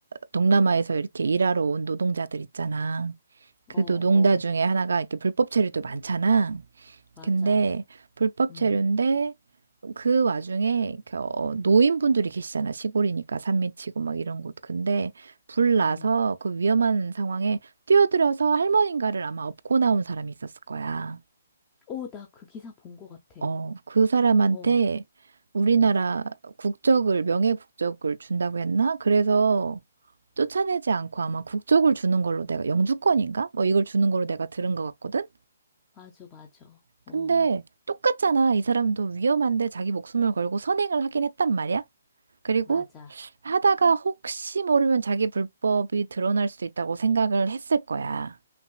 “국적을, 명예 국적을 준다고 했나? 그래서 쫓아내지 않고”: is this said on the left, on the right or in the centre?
Right